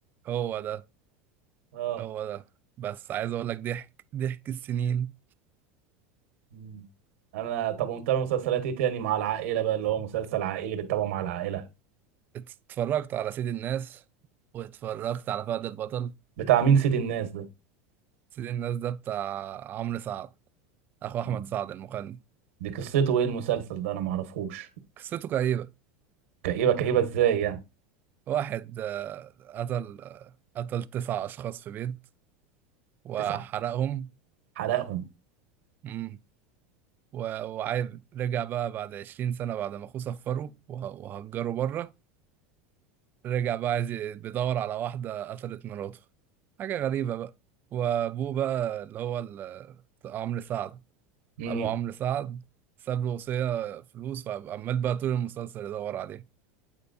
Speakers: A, on the right; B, on the right.
A: هو ده
B: اه
A: هو ده بس عايز اقول لك ضحك ضحك السنين
B: مم. انا طب ومتابع مسلسلات ايه تاني مع العائلة بقى اللي هو مسلسل عائلي بتتابعه مع العائلة
A: اتفرجت على سيد الناس واتفرجت على فهد البطل
B: بتاع مين سيد الناس ده
A: سيد الناس ده بتاع عمرو سعد اخو احمد
B: مم.
A: سعد المغني
B: دي قصته ايه المسلسل ده انا معرفوش
A: قصته كئيبة
B: كئيبه كئيبه ازاي يعني
A: واحد آه، قتل آه، قتل تسع اشخاص في بيت وحرقهم
B: تسع حلقهم
A: مم. و- وعايز رجع بقى بعد عشرين سنة بعد ما اخوه سفره وه- وهجره بره رجع بقى عايز ي- بيدور على واحدة قتلت مراته حاجة غريبة بقى وابوه بقى اللي هو ال- عمرو سعد
B: امم
A: ابو عمرو سعد ساب له وصية فلوس وعمال بقى طول المسلسل يدور عليه